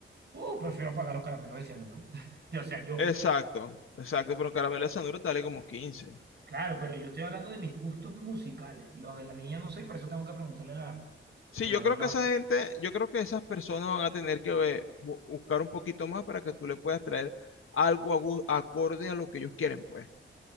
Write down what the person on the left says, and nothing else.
exacto, exacto, pero Caramelo de Sanuro te vale como quince
Sí,
yo
creo que esa gente, yo creo que esas personas van a tener que eh, bu- buscar un poquito más para que tú le puedas traer algo agu- acorde a lo que ellos quieren, pues.